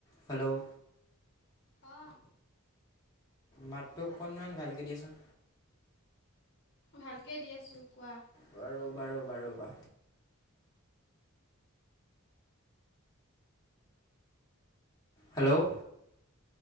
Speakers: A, on the left; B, on the left.
A: Hello
B: অ',
A: মাতটো অকণমান ভালকে দিয়াচোন।
B: ভালকে দি আছোঁ কোৱা?
A: বাৰু বাৰু বাৰু বা হেল্ল'